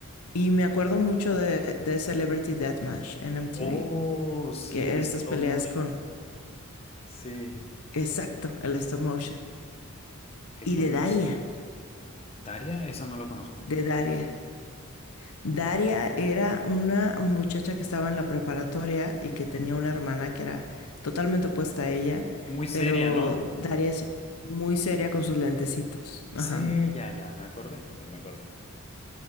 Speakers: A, on the left; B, on the left.
A: Y me acuerdo mucho de, de Celebrity Deathmatch en MTV,
B: Oh, sí,
A: que
B: el
A: eran
B: stop
A: estas peleas
B: motion.
A: con,
B: Sí,
A: exacto, el stop motion.
B: qué
A: Y
B: curioso.
A: de Daria,
B: Daria, esa no la conozco.
A: de Daria. Daria era una muchacha que estaba en la preparatoria y que tenía una hermana que era totalmente opuesta a ella,
B: Muy seria,
A: pero
B: ¿no?
A: Daria es muy seria con sus lentecitos. Ajá.
B: Sí, ya, ya, me acordé, ya me acordé.